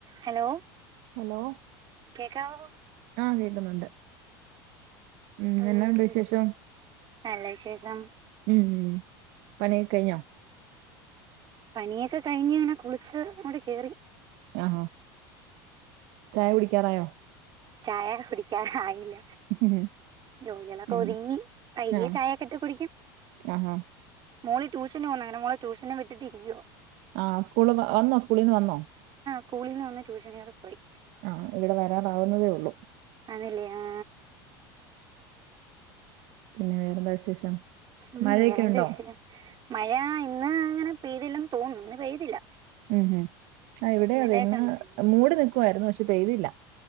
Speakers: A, on the right (about 40°); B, on the right (about 65°).
A: Hello
B: hello
A: കേക്കാവോ
B: ആ കേക്കുന്നുണ്ട് ഉം
A: ആഹ്
B: എന്നാ ഉണ്ട് വിശേഷം
A: നല്ല വിശേഷം
B: ഉം ഉം പണി ഒക്കെ കഴിഞ്ഞോ
A: പണിയൊക്കെ കഴിഞ്ഞ് ഇങ്ങനെ കുളിച്ച് ഇങ്ങോട്ട് കേറി
B: ആ ചായ കുടിക്കാറായോ
A: ചായ കുടിക്കാൻ ആയില്ല
B: <unintelligible>
A: ജോലികളൊക്കെ
B: ഉം
A: ഒതുങ്ങി പയ്യെ
B: ആഹ്
A: ചായൊക്കെ ഇട്ട് കുടിക്കാം
B: ആഹാ
A: മോള് ട്യൂഷന് പോണ് അങ്ങനെ മോളെ ട്യൂഷന് വിട്ടിട്ടിരിക്കയാ
B: ആഹ് സ്കൂള് വന്നോ സ്കൂളീന്ന് വന്നോ
A: സ്കൂളിൽ നിന്ന് വന്ന് ട്യൂഷന് കേറി പോയി
B: ആ ഇവിടെ വരാറാവുന്നതേ ഒള്ളൂ
A: ആണല്ലേ ആ
B: പിന്നെ വേറെന്താ വിശേഷം
A: ഉം
B: മഴയൊക്കെ
A: വേറെ എന്ത
B: ഉണ്ടോ
A: വിഷയം മഴ ഇന്ന് അങ്ങനെ പെയ്തില്ലന്ന് തോന്നുന്നു ഇന്ന് പെയ്തില്ല
B: ഉം ഹം ആ ഇവിടെ
A: ഇന്നലെയൊക്കെ
B: അതെ ഇന്ന്
A: ഉണ്ടായിരുന്നു
B: മൂടി നിക്കുവായിരുന്ന് പക്ഷെ പെയ്തില്ല.